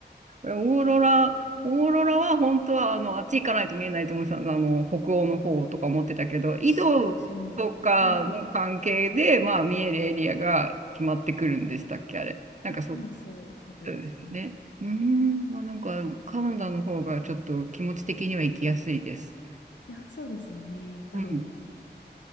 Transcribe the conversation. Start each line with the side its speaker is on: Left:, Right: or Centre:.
Right: オーロラ、オーロラは本当はあのあっち行かないと見えないと思ってたの、あの北欧の方とか思ってたけど、緯度とかの関係で、
Left: そうですね。はい。
Right: まあ、見えるエリアが決まってくるんでしたっけ、あれ。なんかそう
Left: あ、もうそういうことですね。
Right: そうですよね。うーん、まあ、なんかカナダの方がちょっと気持ち的には行きやすいです。
Left: いや、そうですよね。やっぱりあの、
Right: うん、